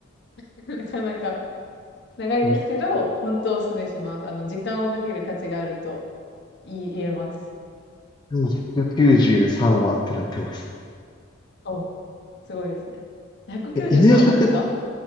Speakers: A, on the left; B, on the left.
A: <laughs> なかなか長いですけど、
B: も
A: 本当おすすめします。あの、時間をかける価値があると言い言えます。
B: う193話ってなってます。
A: そう、すごいですね。193話ですか？
B: え、犬夜叉って、